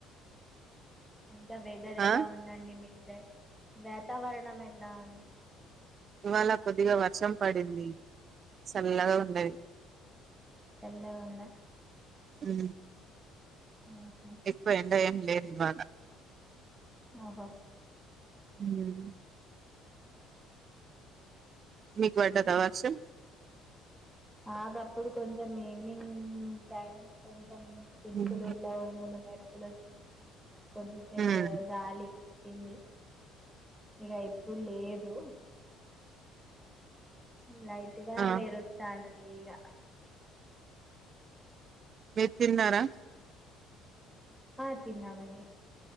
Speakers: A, in the centre; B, on the right.
A: ఇంకా వెదర్ ఎలా
B: ఆ
A: ఉందండి మీ సైడ్ వాతావరణం ఎట్లా ఉంది
B: ఇవాళ కొద్దిగా వర్షం పడింది చల్లగా ఉన్నది
A: చల్లగుంద
B: ఉ
A: ఆహా.
B: ఎక్కువ ఎండ ఏం లేదు ఇవాళ
A: ఓహో
B: ఉమ్, మీకు పడ్డద వర్షం
A: నాకప్పుడు కొంచెం ఈవినింగ్ టైం కొంచెం చింకులు
B: ఉమ్
A: ఇట్లా ఉరుములు మెరుపు ప్పులు వచ్చినాయ్ కొద్దిసేపు
B: ఉమ్.
A: గాలి వచ్చింది ఇగ ఇప్పుడు లేదు లైట్గా
B: ఆ
A: మెరుస్తాంది ఈగా
B: మీర్ తిన్నారా
A: ఆ తిన్నామండి